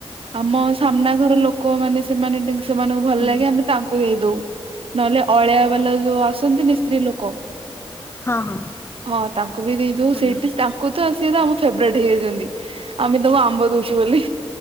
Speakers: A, on the right (about 60°); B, on the left (about 25°).
A: ଆମ ସାମ୍ନା ଘର ଲୋକ ମାନେ ସେମାନେ ସେମାନଙ୍କୁ ଭଲ
B: ହୁଁ।
A: ଲାଗେ ଆମେ ତାଙ୍କୁ ଦେଇ ଦଉ ନହେଲେ ଅଳିଆ ବାଲା ଯୋଉ ଆସନ୍ତିନି ସ୍ତ୍ରୀ ଲୋକ
B: ହଁ ହଁ
A: ହଁ ତାଙ୍କୁ ବି ଦେଇଦଉ
B: ହଁ।
A: ସେଇଠି ତାଙ୍କୁ ତ ସେ ଆମ ଫେବରେଟ୍ ହେଇଯାଉଛନ୍ତି। ଆମେ ତାକୁ ଆମ୍ବ ଦଉଛୁ ବୋଲି